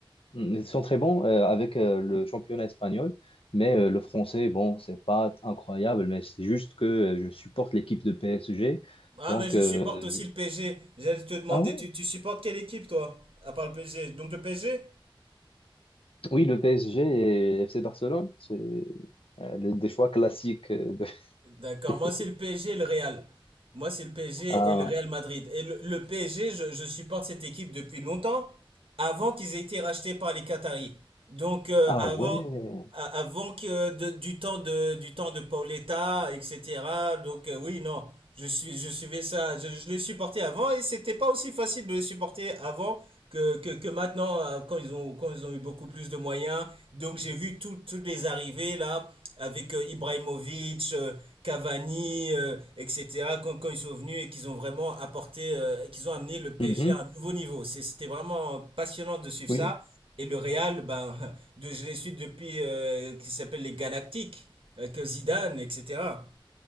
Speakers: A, on the left; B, on the right.
A: Mm, ils sont très bons euh, avec euh, le championnat espagnol, mais euh, le français, bon, c'est pas incroyable, mais c'est juste que euh, je supporte l'équipe de PSG,
B: Ah,
A: donc.
B: mais je
A: euh,
B: supporte aussi le PSG. J'allais te demander,
A: ah ouais
B: tu, tu supportes quelle équipe toi? À part le PSG. Donc le PSG?
A: Oui, le PSG et FC Barcelone, c'est euh, les- des choix classiques. euh, de-
B: D'accord,
A: <laughs>
B: moi c'est le PSG et le Real. Moi c'est le PSG
A: Ah,
B: et le Real Madrid. Et le, le PSG, je, je supporte cette équipe depuis longtemps, avant qu'ils aient été rachetés par les Qataris. Donc euh,
A: ah
B: avant,
A: ouais.
B: a- avant que de- du temps de, du temps de Paoletta, etc. Donc euh, oui, non, je suis, je suivais ça, je, je les supportais avant et c'était pas aussi facile de les supporter avant que, que, que maintenant euh, quand ils ont, quand ils ont eu beaucoup plus de moyens. Donc j'ai vu tout- toutes les arrivées là avec euh, Ibrahimovic, euh, Cavani, euh, etc., quand, quand ils sont venus et qu'ils ont vraiment apporté, euh, qu'ils ont amené le PSG
A: Mhm,
B: à un nouveau niveau. C'est- C'était vraiment passionnant de suivre
A: oui.
B: ça. Et le Real, ben, <laughs> de, je les suis depuis, euh, qui s'appelle les Galactiques, avec euh, Zidane, etc.